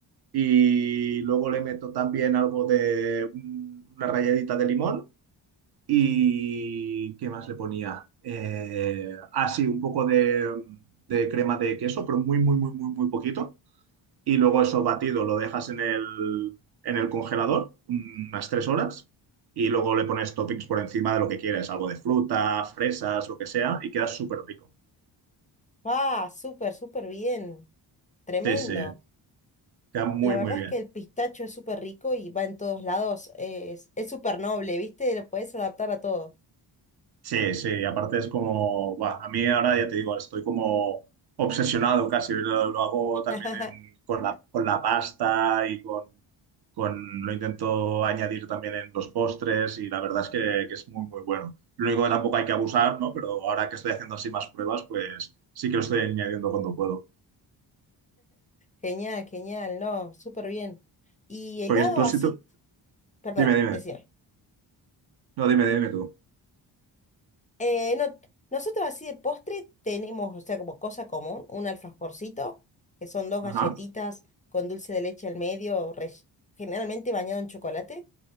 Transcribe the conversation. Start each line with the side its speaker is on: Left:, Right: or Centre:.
Right: y luego le meto también algo de mm, una ralladita de limón ¿Y qué más le ponía? Eh, ah, sí un poco de, de crema de queso, pero muy, muy, muy, muy, muy poquito. Y luego eso batido lo dejas en el, en el congelador unas tres horas y luego le pones toppings por encima de lo que quieres, algo de fruta, fresas, lo que sea, y queda súper rico.
Left: ¡Ah! Súper, súper bien. Tremendo.
Right: Sí, sí, queda muy,
Left: La verdad
Right: muy bien.
Left: es que el pistacho es súper rico y va en todos lados. Es, es súper noble, ¿viste? Lo puedes adaptar a todo.
Right: Sí, sí, aparte es como, buah, a mí ahora ya te digo, estoy como obsesionado casi, lo, lo hago
Left: <laughs>
Right: también en- con la, con la pasta y con, con, lo intento añadir también en los postres y la verdad es que, que es muy, muy bueno. Lo único que tampoco hay que abusar, ¿no? Pero ahora que estoy haciendo así más pruebas, pues sí que lo estoy añadiendo cuando puedo.
Left: Genial, genial, no, súper bien. Y helado
Right: Porque tú
Left: así,
Right: sí tú...
Left: perdón,
Right: Dime, dime.
Left: decime.
Right: No, dime, dime tú.
Left: Eh, no, nosotros así de postre tenemos, o sea, como cosa común, un alfajorcito, que son dos
Right: Ajá,
Left: galletitas con dulce de leche al medio, rell- generalmente bañado en chocolate.